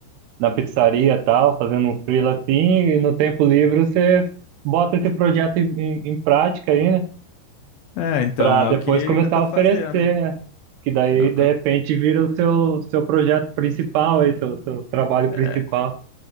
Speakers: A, on the right (about 80°); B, on the left (about 75°).
A: na pizzaria e tal, fazendo um freela assim, e no tempo livre você bota esse projeto em, em, em prática aí, né?
B: É, então,
A: Pra
B: é
A: depois
B: o que,
A: começar
B: que eu tô
A: a oferecer,
B: fazendo.
A: né? Que daí,
B: É o
A: de
B: que eu,
A: repente, vira o seu, seu projeto principal aí, seu, seu trabalho
B: é,
A: principal.